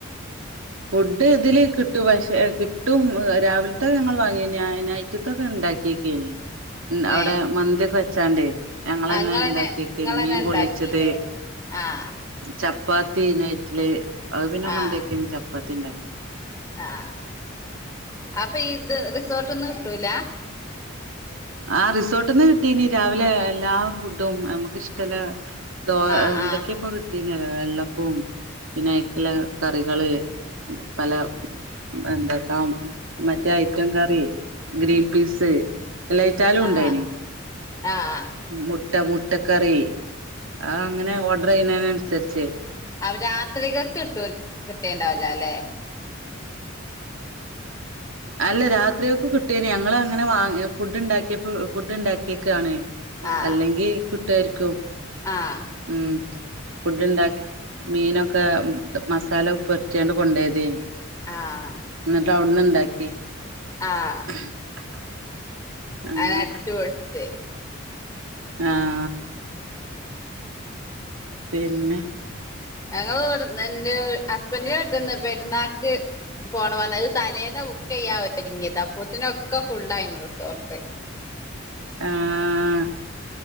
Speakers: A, on the right (about 80°); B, on the left (about 15°).
A: ഫുഡ്ഡ് ഇതില് ക് ട്ടും പക്ഷെ കിട്ടും രാവിൽത്തെത് ഞങ്ങൾ വാങ്ങ്യേന്യ എന്നാ റ്റുത്തൊക്കെണ്ടാക്കീക്യന് ൻഅവിടെ
B: ഏഹ്
A: മന്തിയൊക്കെ വെച്ചാണ്ടേ ഞങ്ങെളെന്നെ
B: ആഹ് ഇങ്ങളന്നെ
A: ഉണ്ടാക്കിയക്കന്
B: ഇങ്ങളന്നെ
A: മീൻ പൊള്ളിച്ചത്
B: ഇണ്ടാക്കീല്ലേ ആഹ്
A: ചപ്പാത്തി നൈറ്റല് അത് പിന്നെ
B: ആഹ്
A: പണ്ടേക്കാണ് ചപ്പാത്തി ഉണ്ടാക്ക
B: ആഹ് അപ്പൊ ഇ ഇത് റിസോർട്ട്ന്ന് കിട്ടൂല
A: ആ റിസോർട്ടിൽന്ന് കിട്ടീനി രാവിലെ എല്ലാ ഫുഡും നമുക്ഷ്ടല്ല ദോ
B: ആഹ്
A: എന്തൊക്കെയാപ്പൊ
B: ആഹ്
A: കിട്ടീന വെള്ളപ്പവും പിന്നെ അക്കല കറികള് പല എന്തക്ക മറ്റേ ഐക്കൻ കറി ഗ്രീൻ പീസ് എല്ലയ്റ്റാലും
B: ആഹ്
A: ഉണ്ടായിന്
B: ആഹ്
A: മുട്ട മുട്ടക്കറി ആ അങ്ങനെ ഓർഡർ ചെയ്യുന്നന് അനുസരിച്ച്
B: അവ രാത്രികൾക്ക് കിട്ടി കിട്ടേണ്ടാവല്ല അല്ലെ
A: അല്ല രാത്രിയൊക്കെ കിട്ടിയേന ഞങ്ങള് അങ്ങനൊ വാ ഫുഡ് ഉണ്ടാക്കിയപ്പോ ഫുഡ് ഉണ്ടാക്കിയക്കാണ്
B: ആഹ്
A: അല്ലെങ്കി കിട്ടാരിക്കും
B: ആഹ്
A: ഉ ഫുഡ് ഉണ്ടാക്കി മീനൊക്കെ മസാല പൊരട്ടിയാണ്ട് കൊണ്ട പോയതേനി
B: ആഹ്
A: എന്നിട്ട് അവിടന്ന് ഇണ്ടാക്കി
B: ആഹ്
A: <inaudible> അങ്ങനെ
B: അത് അടിച്ചുപൊളിച്ച്
A: ആഹ് പിന്നെ
B: ഞങ്ങളുഡ് എന്റെ വീ ഹസ്ബൻഡ വീട്ടിന്ന് പെരുന്നാക്ക് പോണ വന്ന അത് തലേന്ന ബുക്ക് ചെയ്യാഒരുങ്ങിയത അപ്പത്തിനൊക്കെ ഫുുള്ള ആയിരുന്നു റിസോർട്ട്
A: ആഹ്